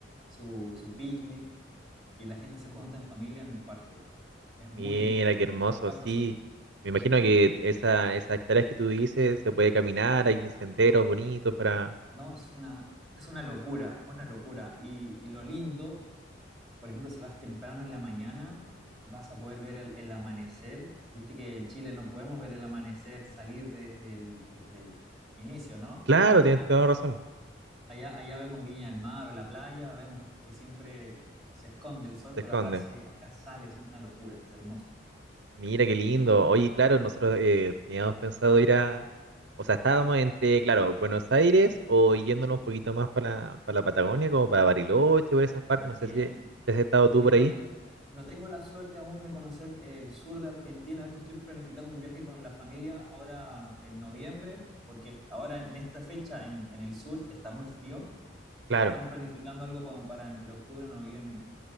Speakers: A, in the centre; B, on the right (about 60°).
A: su, su picnic y la gente se junta en familia en el parque. Es muy
B: Mira,
A: lindo.
B: qué hermoso,
A: Toda
B: sí.
A: esta zona.
B: Me imagino que esa, esas hectáreas que tú dices se puede caminar, hay senderos bonitos para...
A: No, es una, es una locura, una locura. Y, y lo lindo, por ejemplo, si vas temprano en la mañana, vas a poder ver el, el amanecer. Viste que en Chile no podemos ver el amanecer salir desde el, desde el inicio, ¿no?
B: Claro, tienes
A: Acá
B: toda
A: se-
B: razón,
A: allá, allá vemos Viña del Mar o la playa, vemos que siempre se esconde el sol,
B: se
A: pero
B: esconde.
A: acá, se, acá sale, es una locura, es hermoso.
B: Mira, qué lindo. Oye, claro, nosotros eh, teníamos pensado ir a... O sea, estábamos entre, claro, Buenos Aires o yéndonos un poquito más para la, para la Patagonia, como para Bariloche, por esas partes.
A: También.
B: No sé si si has estado tú
A: Mira,
B: por
A: no,
B: ahí.
A: te- no tengo la suerte aún de conocer el sur de Argentina. De hecho, estoy planificando un viaje con la familia ahora en noviembre, porque est- ahora en esta fecha en, en el sur está muy frío,
B: Claro.
A: pero estamos planificando algo como para entre octubre y noviembre.